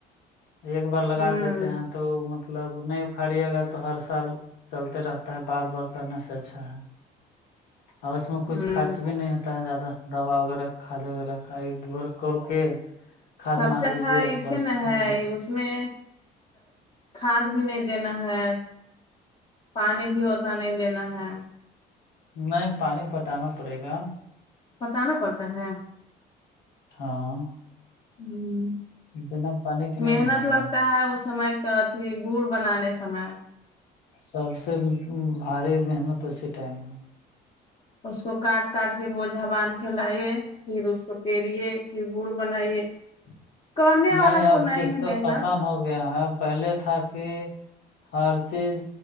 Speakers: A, on the left; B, on the left.
A: ایک بار لگا
B: ہوں
A: دیتے ہیں تو مطلب نہیں اکھاڑیے گا تو ہر سال چلتے رہتا ہے بار بار کرنے سے اچھا ہے اور اس میں کچھ
B: ہوں
A: خرچ بھی نہیں ہوتا ہے زیادہ دوا وغیرہ کھدے وغیرہ کھ ایک دو بار کر کے کھاد
B: سب
A: مار
B: سے اچھا
A: دیجیے
B: ایک
A: بس
B: نا ہے
A: ہو گیا
B: اس میں کھاد بھی نہیں دینا ہے پانی بھی اتنا نہیں دینا ہے
A: نہیں پانی پٹانا پڑے گا
B: پٹانا پڑتا ہے
A: ہاں
B: ہ
A: بنا پانی کے نہیں
B: محنت
A: نہ ہوگا
B: لگتا ہے اس سمے کا اھی گڑ بنانے سمے
A: سب سے بھاری محنت اسی ٹائم ہے
B: اس کو کاٹ کاٹ کے بوجا باندھ کے لے پھر اس کو پیریے پھر گڑ بنائیے کرنے والا
A: نہیں
B: کو
A: اب کچھ
B: ہے
A: تو
B: محنت
A: آسان ہو گیا ہے پہلے تھا کہ ہر چیز